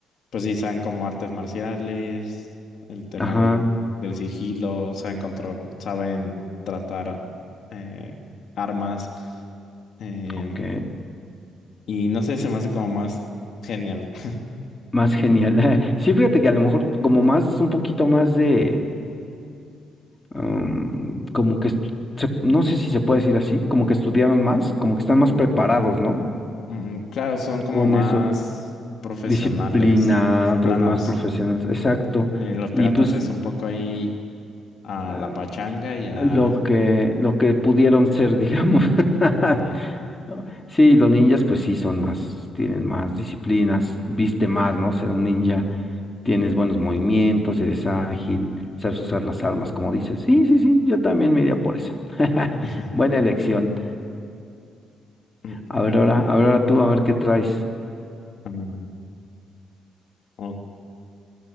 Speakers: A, on the left; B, on the left.
A: pues sí, saben como artes marciales, el tema
B: ajá,
A: del, del sigilo, saben control, saben tratar eh, armas. em,
B: ok.
A: y no sé, se me hace como más genial. <laughs>
B: Más genial. <laughs> Sí, fíjate que a lo mejor como más, un poquito más de, am, como que, estu- se- no sé si se puede decir así, como que estudiaron más, como que están más preparados, ¿no?
A: Mm, claro, son como
B: Con
A: más
B: eso,
A: profesionales,
B: disciplinados,
A: disciplinados.
B: más profesionales, exacto.
A: Sí, los
B: Y
A: piratas
B: pues,
A: es un poco ahí a
B: eh,
A: la pachanga y a...
B: lo que, lo que pudieron ser, digamos. <laughs>
A: Sí.
B: ¿no? Sí, los ninjas pues sí son más, tienen más disciplinas, viste más, ¿no? Ser un ninja, tienes buenos movimientos, eres ágil, sabes usar las armas, como dices. Sí, sí, sí, yo también me iría por eso. <laughs>
A: <laughs>
B: Buena elección.
A: Mm,
B: A ver ahora, a ver ahora tú, a ver qué traes.
A: mm, Ok,